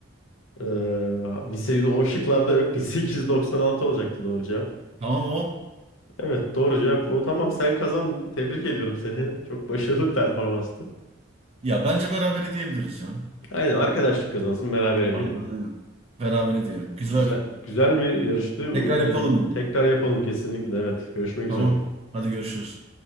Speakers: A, on the left; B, on the right.
A: Ee, 1800 o şıklarda yok. <laughs> 1896 olacaktı doğru cevap.
B: Tamam o.
A: Evet doğru cevap o. Tamam sen kazandın. Tebrik ediyorum seni. Çok başarılı performanstı.
B: Ya bence berabere diyebiliriz ya.
A: Aynen arkadaşlık kazansın beraber
B: Aynen
A: diyelim bunu.
B: aynen. Berabere diyelim. Güzel.
A: Güzel güzel bir yarıştı.
B: Tekrar
A: Ee,
B: yapalım bunu.
A: Tekrar yapalım kesinlikle. Evet. Görüşmek
B: Tamam.
A: üzere.
B: Hadi görüşürüz.